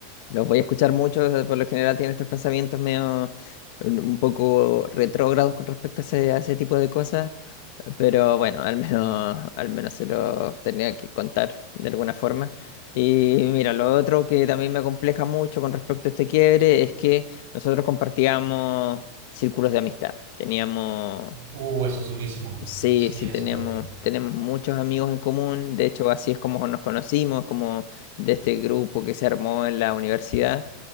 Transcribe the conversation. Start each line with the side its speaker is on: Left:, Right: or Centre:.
Left: los voy a escuchar mucho. o sea, Por lo general tienen estos pensamientos medio un un poco retrógrados con respecto a ese, a ese tipo de cosas. Pero bueno, al menos, al menos se los tenía que contar de alguna forma. Y mira, lo otro que también me compleja mucho con respecto a este quiebre es que nosotros compartíamos círculos de amistad. Teníamos
Right: Uh, eso es durísimo.
Left: Sí,
Right: Sí,
Left: sí,
Right: es
Left: tenemos,
Right: duro.
Left: tenemos muchos amigos en común. De hecho, así es como nos conocimos, como de este grupo que se armó en la universidad.